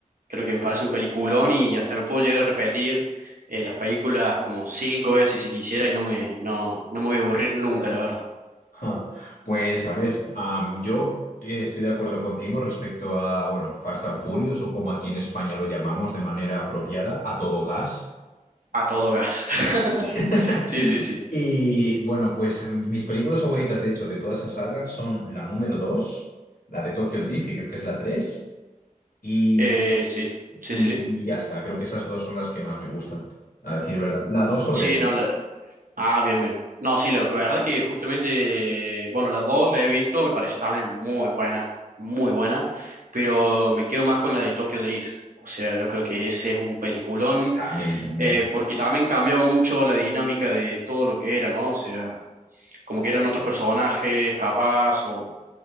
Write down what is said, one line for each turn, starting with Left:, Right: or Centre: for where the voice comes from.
Right: creo que me parece un peliculón y hasta me puedo llegar a repetir eh, las películas como cinco veces si quisiera y no me, no, no me voy a aburrir nunca, la verdad.
Left: Ja, Pues a ver, am, yo eh, estoy de acuerdo contigo respecto a, bueno, Fast and Furious o como aquí en España lo llamamos de manera apropiada, a todo gas.
Right: A todo gas. <laughs>
Left: <laughs>
Right: Sí, sí, sí.
Left: Y bueno, pues mis películas favoritas, de hecho, de toda esa saga son la número 2, la de Tokyo Drift, que creo que es la 3, y,
Right: Eh, sí, sí,
Left: y-
Right: sí.
Left: y ya está, creo que esas dos son las que más me gustan, a decir verdad. La 2 sobre
Right: Sí,
Left: todo.
Right: no, la- Ah, bien, bien. No, sí, la verdad que justamente, bueno, las dos la he visto, me pareció también muy buena, muy buena, pero me quedo más con la de Tokyo Drift. O sea, yo creo que ese es un peliculón,
Left: También, también.
Right: eh, porque también cambiaba mucho la dinámica de todo lo que era, ¿no? O sea, como que eran otros personajes, capaz, o,